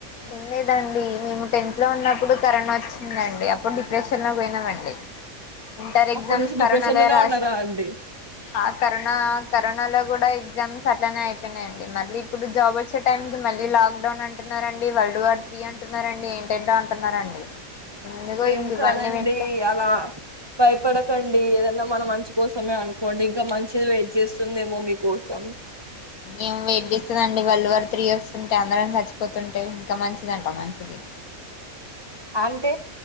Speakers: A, on the left; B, on the right.
A: ఏం లేదండి మేము టెన్త్ లో ఉన్నప్పుడు కరోనా వచ్చిందండి అప్పుడు డిప్రెషన్ లో పోయినామండి ఇంటర్ ఎగ్జామ్స్
B: అప్పటి నుంచి
A: కరోనాలో
B: డిప్రెషన్ లోనే
A: రాసాం
B: ఉన్నారా అండి
A: ఆ కరోనా కరోనాలో కూడా ఎగ్జామ్స్ అలానే అయినాయియండి మళ్ళీ ఇప్పుడు జాబ్ వచ్చే టైంకి మళ్ళీ లాక్ డౌన్ అంటున్నారుారండి వరల్డ్ వార్ త్రీ అంటున్నారండి ఏంటేంటో అంటున్నారండి ఎందుకో
B: ఏం
A: ఇంక ఇవన్నీ
B: కాదండి
A: వింటే
B: అలా భయపడకండి ఏద మనం మంచి కోసమే అనుకోండి ఇంకా మంచిది వెయిట్ చేస్తుందేమో మీకోసం
A: ఇంేం వెయిట్ చేస్తుందండి బల్ళ వర త్రీ ఇస్తుంటే అందరం చచ్చిపోతుంటే ఇంకా మంచిదంట మంచిది
B: అంటే